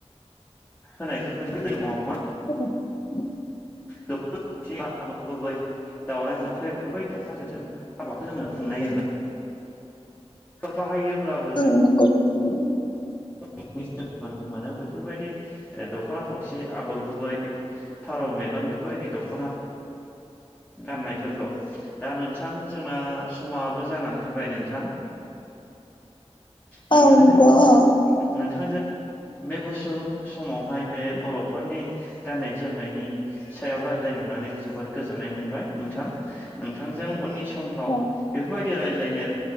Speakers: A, on the left; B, on the left.
A: होनायफोरखौ <unintelligible> समाव मा
B: <inaudible>
A: <unintelligible> गुबै दावराय मोख्रेब बेफोरबायदि <unintelligible> हाबाखौ जोङो खुंनाय जायोमोन। बाहायोब्लाबो जों
B: <unintelligible>
A: <unintelligible> नुनो मोनो बेफोरबायदि दख'ना थावसि आगर गुबै। फारौ मेगन बेफोरबायदि दख'ना गाननायफोरखौ दा नोंथां जोंना समाबो जानानै फैबाय नोंथां नोंथांजों
B: औ नंगौ अ
A: नोंथांजों बे गुसुं समावहाय बे बर'फोरनि गाननाय जोमनायनि सायाव रायज्लायनो मोननानै जोबोद गोजोननाय मोनबाय नोंथां। नोंथांजों उननि समफ्राव
B: औ
A: बेफोरबाय दि रायज्लायनो